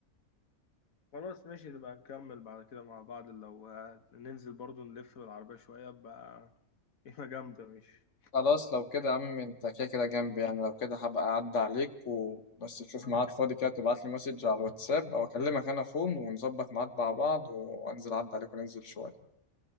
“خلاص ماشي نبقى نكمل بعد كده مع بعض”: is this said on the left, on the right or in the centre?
Left